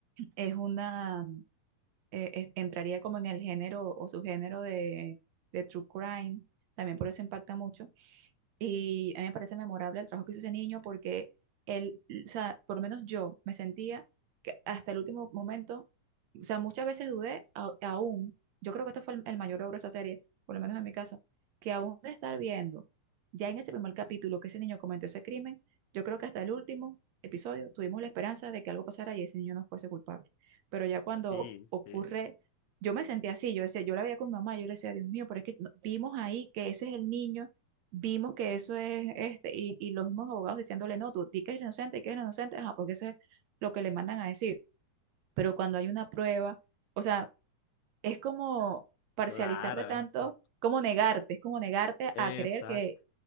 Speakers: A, on the right; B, on the left.
A: Es una, mm, eh, es- entraría como en el género o subgénero de, de true crime, también por eso impacta mucho y a mí me parece memorable el trabajo que hizo ese niño porque él, o sea, por lo menos yo me sentía que hasta el último momento, o sea, muchas veces dudé a- aún, yo creo que esto fue el, el mayor logro de esa serie, por lo menos en mi caso, que aún de estar viendo, ya en ese primer capítulo que ese niño cometió ese crimen, yo creo que hasta el último episodio tuvimos la esperanza de que algo pasara y ese niño no fuese culpable. Pero ya cuando
B: Sí, sí,
A: ocurre, yo me sentía así, yo decía, yo la veía con mi mamá, yo le decía, Dios mío, pero es que no- vimos ahí que ese es el niño vimos que eso es este, y, y los mismos abogados diciéndole, no, tú di que eres inocente, di que es inocente, ajá, porque eso es lo que le mandan a decir. Pero cuando hay una prueba, o sea, es como parcializarte
B: claro.
A: tanto,
B: es que-
A: como negarte, es como negarte
B: Exacto.
A: a creer que,